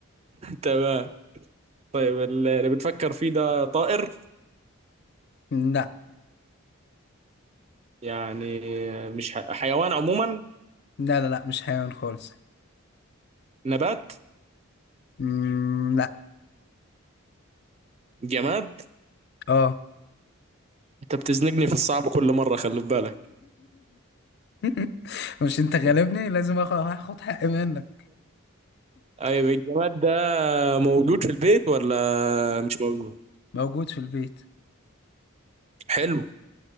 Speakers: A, on the right; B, on the left.
A: تمام طيب ال- اللي بتفكر فيه ده طائر
B: مم، لا
A: يعني مش ح- حيوان عموما
B: لا لا لا مش حيوان خالص
A: نبات
B: مم، لا
A: جماد
B: اه
A: انت بتزنقني في الصعب كل مره خلي في بالك
B: <laughs> مش انت غالبني
A: <laughs>
B: لازم اخد هاخد حقي منك
A: طيب الجماد ده موجود في البيت ولا مش موجود
B: موجود في البيت
A: حلو